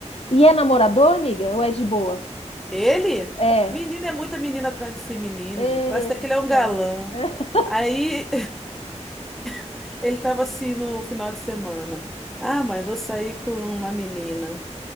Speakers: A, on the left; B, in the centre.
A: E é namorador, amiga? Ou é de boa?
B: Ele?
A: É.
B: menina é muita menina atrás desse menino,
A: Eita.
B: gente. Parece até que ele é um galã.
A: <laughs>
B: Aí <laughs> ele tava assim no final de semana. Ah, mãe, vou sair com uma menina.